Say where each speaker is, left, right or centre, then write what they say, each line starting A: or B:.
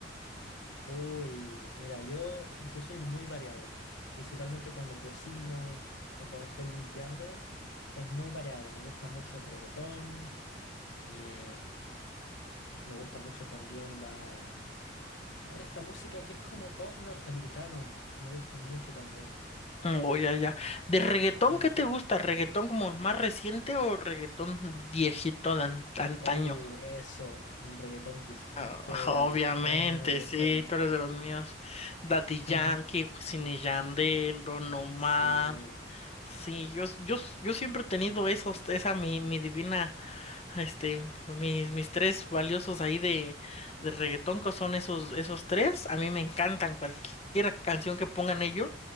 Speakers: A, on the left; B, on the left.
A: Uy, mira, yo, yo soy muy variado, principalmente cuando cocino o cuando estoy limpiando, es muy variado, me gusta mucho el reggaetón, eh, me gusta mucho también la... A ver, esta música que es como pop norteamericano, que me gusta mucho también.
B: Mm, Oh, ya, ya. ¿De reggaetón
A: Eh,
B: qué te gusta? ¿Reggaetón como más reciente o reggaetón viejito de an- antaño?
A: oh, eso, un reggaetón viejito
B: Ah,
A: de
B: Obviamente,
A: antaño, de
B: sí,
A: eso.
B: tú eres de los míos. Daddy
A: <laughs>
B: Yankee, Wisin y Yandel, Don Omar.
A: Sí,
B: Sí, yo, yo, yo siempre he tenido esos, esa mi, mi divina, este, mis, mis tres valiosos ahí de, de reggaetón, que son esos, esos tres. A mí me encantan cualquier canción que pongan ellos,